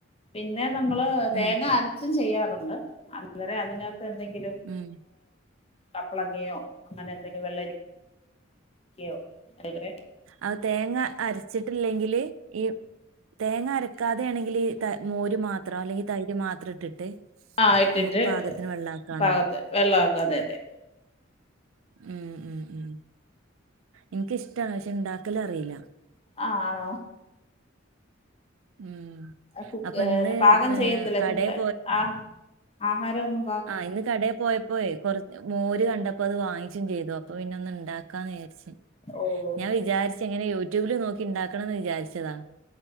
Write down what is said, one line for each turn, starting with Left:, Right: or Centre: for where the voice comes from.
Left: പിന്നെ നമ്മള് തേങ്ങര
Right: ഉം
Left: ച്ചും ചെയ്യാറുണ്ട് അരെ അതിനകത്ത് എന്തെങ്കിലും.
Right: ഉം
Left: കപ്പളങ്ങയോ അങ്ങനെ എന്തെങ്കിലും വെള്ളരിക്കയോ അല്ലല
Right: അത് തേങ്ങ അരച്ചിട്ടില്ലെങ്കില് ഈ തേങ്ങ അരക്കാതെ ആണെങ്കിൽ മോര് മാത്രം അല്ലെങ്കിൽ തൈര് മാത്രം ഇട്ടിട്ട്.
Left: ആഹ് ഇട്ടിട്ട്
Right: നമുക്ക് പാകത്തിന് വെള്ളാക്കാണോ
Left: പാകത്ത് വെള്ളമൊക്കെ അതെ അതെ
Right: ഉം ഉം ഉം എനിക്കിഷ്ടമാണ് പക്ഷെ ണ്ടാക്കല് അറില്ല.
Left: ആഹ് ആണാ
Right: ഉം
Left: കുക്ക്ന്ന
Right: അപ്പൊ ഇന്ന്
Left: പാകം
Right: ഏഹ്
Left: ചെയ്യത്തില്ലേ
Right: കടയിൽ
Left: ഫുഡ് ആഹ് ആഹാരോന്നും
Right: ആഹ് ഇന്ന് കടയിൽ പോയപ്പോ കൊറച്ച് മോര് കണ്ടപ്പോ അത് വാങ്ങിച്ചും ചെയ്തു അപ്പൊ പിന്ന ഒന്ന് ഇണ്ടാക്ക. കാന്ന് വിചാരിച്ഞാൻ
Left: ഓഹ്
Right: വിചാരിച്ച എങ്ങനെ യൂട്യൂബില് നോക്കി ഉണ്ടാക്കണന്ന് വിചാരിച്ചതാ.